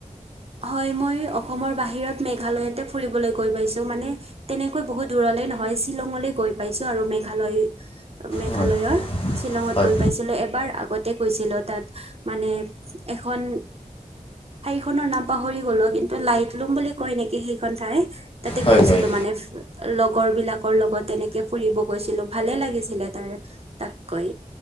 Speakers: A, on the right; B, on the left.
A: হয়, মই অসমৰ বাহিৰত মেঘালয়তে ফুৰিবলৈ গৈ পাইছো মানে তেনেকৈ বহুত দূৰলে নহয় <unintelligible>
B: হয় হয়
A: আগতে কৈছিলো তাত মানে, এখন ঠনৰ ন পাহৰি গলো কিন্তু লাইট লুম বুলি কয় নেকি সেইখন ঠাই তাতে
B: হয়
A: গৈছিলো
B: হয়
A: মানে লগৰ বিলাকৰ লগত তেনেকে ফুৰিব গৈছিলো ভালে লাগিছিলে তাৰ তাতকৈ